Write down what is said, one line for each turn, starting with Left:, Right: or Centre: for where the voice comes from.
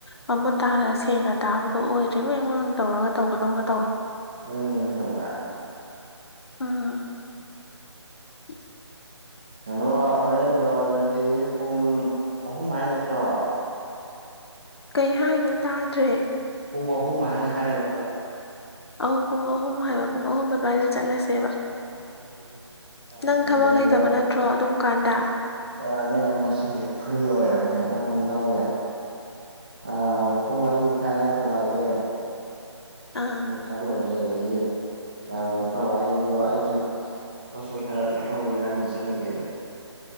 Left: ꯃꯃꯨꯠ ꯇꯥꯅ ꯁꯦꯡꯅ ꯇꯥꯕꯗꯣ ꯑꯣꯏꯗ꯭ꯔꯤ ꯋꯦꯡ ꯋꯦꯡ ꯇꯧꯔꯒ ꯇꯧꯕꯗꯧꯅ ꯇꯧꯏ
Right: ꯋꯦꯡ ꯋꯦꯡ ꯇꯧꯋꯦ
Left: ꯎꯝ <inaudible>
Right: ꯀꯩꯅꯣ ꯍꯣꯔꯦꯟꯗꯣ ꯑꯗꯨꯗꯤ ꯄꯨꯡ ꯑꯍꯨꯝ ꯍꯥꯏ ꯅꯠꯇ꯭ꯔꯣ
Left: ꯀꯩ ꯍꯥꯏꯅꯣ ꯇꯥꯗ꯭ꯔꯦ
Right: ꯄꯨꯡ ꯑꯍꯨꯝ ꯍꯥꯏ ꯍꯥꯏꯔꯕ
Left: ꯑꯧ ꯄꯨꯡ ꯑꯍꯨꯝ ꯍꯥꯏꯕ ꯄꯨꯡ ꯑꯍꯨꯝ ꯑꯗꯨꯋꯥꯏꯗ ꯆꯠꯂꯁꯦꯕ
Right: ꯄꯨꯡ ꯑꯍꯨꯝ ꯇꯥꯔꯗꯤ
Left: ꯅꯪ ꯊꯕꯛ
Right: ꯑꯩꯗꯣ
Left: ꯂꯩꯇꯕ ꯅꯠꯇ꯭ꯔꯣ ꯑꯗꯨꯝ ꯀꯥꯟꯗ
Right: ꯌꯥꯅꯤ ꯌꯥꯅꯤ ꯉꯁꯤꯁꯦ ꯐ꯭ꯔꯤ ꯑꯣꯏꯔꯕꯅꯦ ꯅꯪ ꯅꯗꯥꯎ ꯌꯥꯏ ꯑ ꯄꯨꯡ ꯑꯅꯤ ꯃꯈꯥꯏ ꯑꯗ꯭ꯋꯥꯏꯗ ꯊꯣꯛꯂꯛꯑ ꯒꯦ
Left: ꯑꯥ
Right: ꯑꯗꯨꯒ‌ꯆꯠꯂꯨꯔꯖꯤ ꯑꯗꯨꯗ ꯂꯩꯌꯦ ꯌꯥꯕ ꯅꯠꯇ꯭ꯔꯣ ꯑꯩꯗꯣ ꯑꯩꯁꯨ ꯄꯣꯠꯆꯩ ꯈꯔ ꯂꯩꯍꯧꯋꯦ ꯅꯪꯒꯤ ꯆꯠꯂꯤꯉꯩꯗ